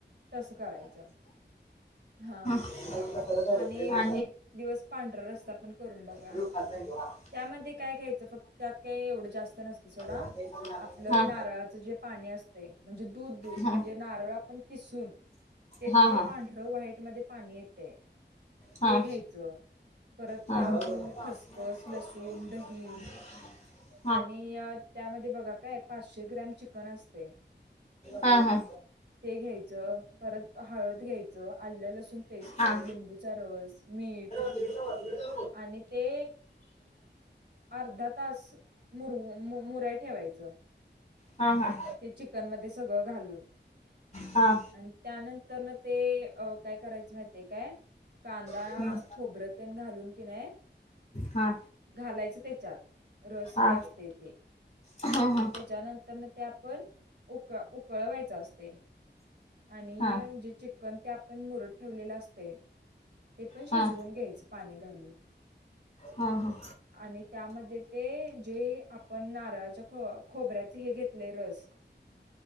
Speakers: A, on the right; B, on the left.
A: तस करायचं हा
B: तुला तुला कळत आहे बघ
A: आणि
B: तुझ्या खालचा.
A: एक दिवस पांढरा रस्सा पण करून बगा.
B: ह्यो खातंय <unintelligible>
A: त्यामध्ये काय घ्यायचं फक्त त्यात काही एवढं जास्त नसत सोडा,
B: वरचा एक करून आला.
A: आपलं
B: हा
A: नारळाचं जे पाणी अस ते म्हणजे दूध, दूध
B: हा
A: म्हणजे नारळ आपण किसून त्याच
B: हा
A: जे
B: हा
A: पांढरं व्हाईट मध्ये पाणी येतय
B: हा
A: ते
B: हा
A: घ्यायचं परत
B: हा
A: काजू
B: <inaudible>
A: खसखस, लसूण, दही आणि अ त्यामध्ये बघा काय पाचशे ग्रॅम चिकन असतय.
B: हा हा!
A: ते घ्यायचं परत हळद घ्यायचं, आलं लसूण पेस्ट,
B: हा
A: लिंबूचा रस. मीठ.
B: <unintelligible>
A: आणि ते अर्धा तास पुरु मुमुं-मुराय ठेवायच.
B: हा हा!
A: ते चिकन मध्ये सगळं घालून.
B: हा
A: आण त्यानंतर न ते काय अ काय करायचं माहिती काय? कांदा
B: हम्म
A: खोबरतेन घालून की नाही
B: हा
A: घालायचं त्याच्यात रस.
B: हा
A: असतय ते
B: हा
A: अन
B: हा
A: त्याच्यानंतर न ते आपण उकळ-उकळवायच अस ते आणि
B: हा
A: जे चिकन ते आपण मुरत ठेवलेलं असतय. ते पण शिजवून
B: हा हा
A: घ्यायचं पाणी घालून.
B: हा हा
A: आणि त्यामध्ये ते ते आपण नारळाच्या खो-खोबऱ्याचं हे घेतलय रस.